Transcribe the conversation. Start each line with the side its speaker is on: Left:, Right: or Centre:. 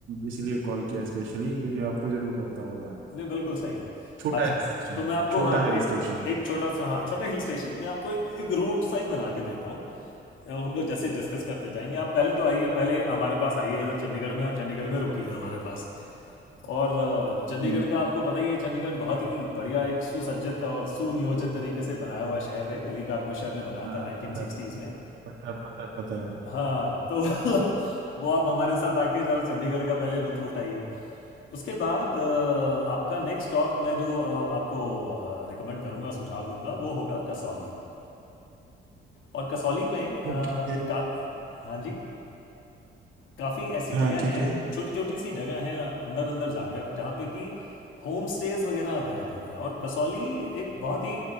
Right: इसीलिए कॉल किया स्पेशली क्योंकि आपको जरूर पता होगा
Left: नहीं बिल्कुल सही है
Right: छोटा
Left: अच्छा
Right: हिल स्टेशन
Left: तो मैं आपको
Right: छोटा
Left: हाँ
Right: हिल
Left: एक
Right: स्टेशन
Left: एक छोटा सा हाँ छोटा हिल स्टेशन मैं आपको एक एक रूट सा ही बना के देता हूँ अ, हम लोग जैसे डिस्कस करते जाएंगे आप पहले तो आइए पहले हमारे पास आइए इधर चंडीगढ़ में और चंडीगढ़ में रुकिए हमारे पास और अ, चंडीगढ़
Right: हम्म,
Left: का आपको पता ही है चंडीगढ़ बहुत ही बढ़िया एक सुसज्जित और सुनियोजित तरीके से बनाया हुआ शहर है ली कार्बो शहर ने बनाया
Right: हाँ
Left: था नाइनटीन
Right: पता
Left: सिक्सटीज़ में
Right: पता पता पता है
Left: हाँ तो <laughs> वो आप हमारे साथ आके ज़रा चंडीगढ़ का पहले लुत्फ़ उठाइए उसके बाद अ, आपका नेक्स्ट स्टॉप मैं जो अ, आपको रिकमेंड करूँगा सुझाव दूंगा वो होगा कसौली और कसौली में अ, का
Right: ओके
Left: हाँ जी काफ़ी ऐसी
Right: हाँ
Left: जगह
Right: ठीक
Left: हैं
Right: है
Left: छोटी छोटी सी जगह हैं अंदर अंदर जाकर जहाँ पे कि होम स्टेज वगैरह अवेलेबल हैं और कसौली एक बहुत ही